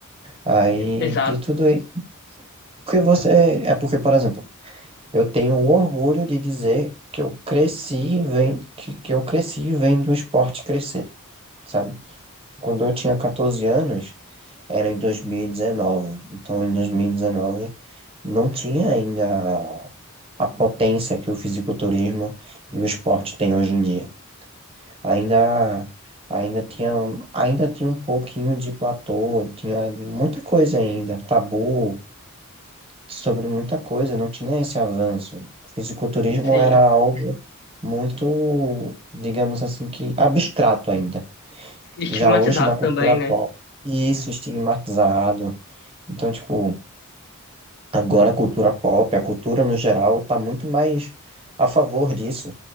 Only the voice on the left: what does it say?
Exato,
sim.
Estigmatizado
também, né?